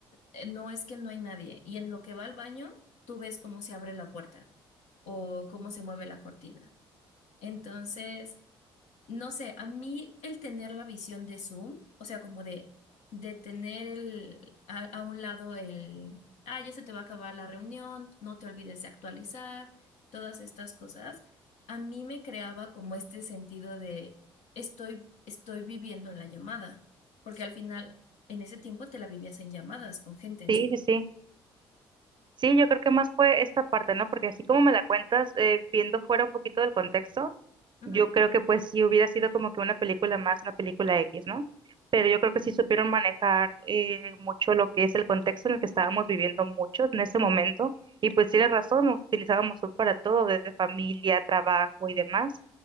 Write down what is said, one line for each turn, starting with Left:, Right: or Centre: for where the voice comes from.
Left: eh, No es que no hay nadie. Y en lo que va al baño, tú ves cómo se abre la puerta o cómo se mueve la cortina. Entonces, no sé, a mí el tener la visión de Zoom, o sea, como de, de tener el, a, a un lado el, ah, ya se te va a acabar la reunión, no te olvides de actualizar, todas estas cosas, a mí me creaba como este sentido de estoy, estoy viviendo la llamada, porque al final en ese tiempo te la vivías en llamadas con gente en
Right: Sí,
Left: Zoom.
Right: sí, sí. Sí, yo creo que más fue esta parte, ¿no? Porque así como me la cuentas, eh, viendo fuera un poquito del contexto,
Left: Ujú.
Right: yo creo que pues sí hubiera sido como que una película más, una película X, ¿no? Pero yo creo que sí supieron manejar eh, mucho lo que es el contexto en el que estábamos viviendo muchos en ese momento. Y pues tienes razón, utilizábamos Zoom para todo, desde familia, trabajo y demás.